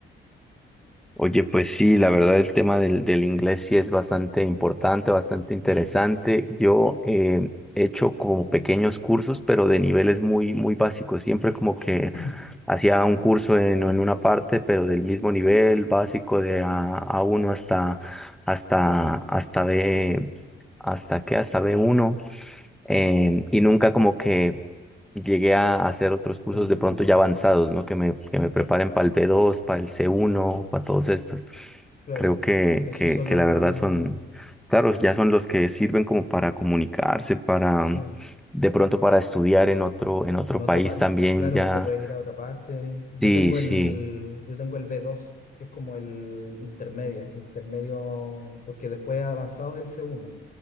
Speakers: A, in the centre; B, on the left.
A: Oye, pues sí, la verdad el tema del, del inglés sí es bastante importante, bastante interesante. Yo eh, he hecho como pequeños cursos, pero de niveles muy, muy básicos. Siempre como que
B: <clears throat>
A: hacía un curso en, en una parte, pero del mismo nivel básico de A, a uno hasta, hasta, hasta B, hasta qué, hasta b uno
B: Sí,
A: em, y nunca como que llegué a hacer otros cursos
B: el,
A: de pronto ya avanzados, ¿no? Que me, que me preparen para el B2, para el C1, para todos estos.
B: claro,
A: Creo que,
B: esos
A: que,
B: son
A: que
B: los
A: la
B: más,
A: verdad son, claro, ya son los que sirven como para comunicarse, para
B: sí.
A: mm, de pronto para estudiar en otro, en otro
B: En otro
A: país
B: parte,
A: también
B: claro,
A: ya.
B: te puedes ir a otra parte. Yo
A: Sí,
B: tengo
A: sí,
B: el, yo tengo el B2, que es como el intermedio, intermedio, porque después avanzado es el C1.